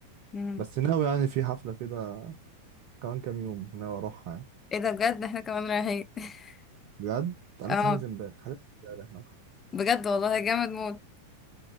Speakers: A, on the left; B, on the right.
A: مم.
B: بس ناوي يعني في حفلة كده كمان كام يوم ناوي اروحها يعني
A: ايه ده بجد احنا كمان رايحين <laughs>
B: بجد انا
A: اه
B: لسه حاجز امبارح حاجز امبارح
A: بجد والله جامد موت